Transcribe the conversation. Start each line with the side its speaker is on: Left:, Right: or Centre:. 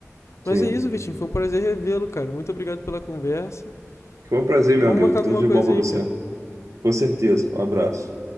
Right: Sim.
Left: Mas é isso, Vitinho. Foi um prazer revê-lo, cara. Muito obrigado pela conversa.
Right: Foi um prazer,
Left: E
Right: meu
Left: vamos
Right: amigo.
Left: marcar
Right: Tudo
Left: alguma
Right: de
Left: coisa
Right: bom para
Left: aí,
Right: você.
Left: cara.
Right: Com certeza. Um abraço.